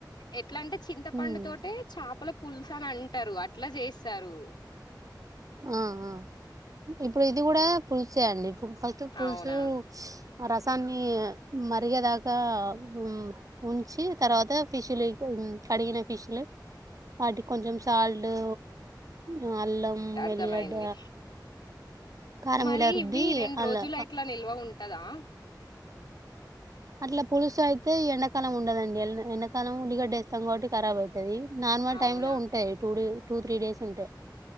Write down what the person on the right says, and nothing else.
ఉమ్
ఆ అ ఇప్పుడు ఇది గుడా పుల్సే అండి ఫస్ట్ పుల్సూ
ఆ రసాన్ని మరిగేదాకా ఉమ్ ఉంచి తర్వత ఫిశ్లిక కడిగిన ఫిష్ల వాటి కొంచం సాల్టు అ అల్లం వెల్లిగడ్డ
కారం
ఇలా రుద్ది
అలా
అట్లా పుల్సైతె ఎండకాలం ఉండదండి ఎండాకాలం ఉలిగడ్డ ఎత్తం కాబట్టి కరాబ్ ఐత తది నార్మల్
టైమ్ లో ఉంటాయ్ two day two, three days ఉంటె